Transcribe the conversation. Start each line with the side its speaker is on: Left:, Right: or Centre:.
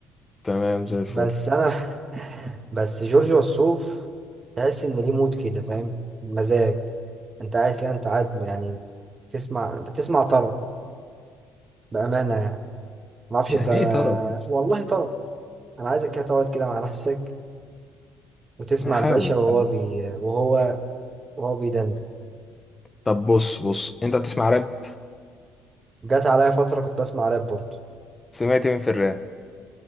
Left: تمام زي الفل
Right: بس انا <laughs> بس جورج وسوف تحس ان ليه مود كده فاهم مزاج انت قاعد كده انت قاعد يعني تسمع انت بتسمع طرب بامانه يعني ما اعرفش
Left: يعني
Right: انت
Left: ايه طرب
Right: والله طرب انا عايزك كده تقعد كده مع نفسك وتسمع
Left: هحاول
Right: الباشا وهو
Left: احاول
Right: بي وهو وهو بيدندن
Left: طب بص بص انت بتسمع راب
Right: جات عليا فتره كنت بسمع راب برضه
Left: سمعت مين في الراب